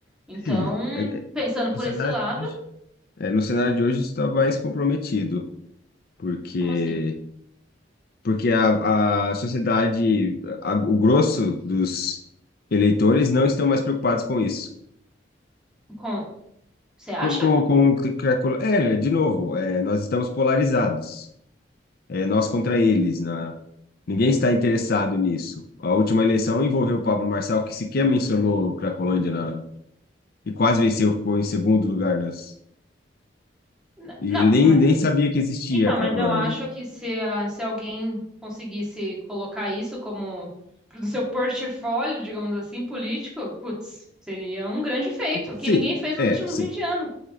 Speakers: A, in the centre; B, on the left.
A: Então,
B: Hum, é-
A: pensando por
B: No cenário
A: esse lado,
B: de hoje, é, no cenário de hoje está mais comprometido, porque
A: como assim?
B: porque a, a sociedade, a- o grosso dos eleitores não estão mais preocupados com isso.
A: Com... Você acha?
B: Com, com, com, o que- que a colo- é, de novo, é, nós estamos polarizados, é, nós contra eles, na- ninguém está interessado nisso. A última eleição envolveu o Pablo Marçal, que sequer mencionou Cracolândia na- e quase venceu, ficou em segundo lugar nas,
A: N-
B: e
A: Não,
B: ele nem,
A: mas
B: nem
A: eu,
B: sabia que existia
A: Então,
B: a Cracolândia.
A: mas eu acho que se, a- se alguém conseguisse colocar isso como pro seu portfólio, digamos assim, político, putz, seria um grande feito,
B: Sim,
A: que ninguém fez nos
B: é,
A: últimos
B: sim.
A: 20 anos.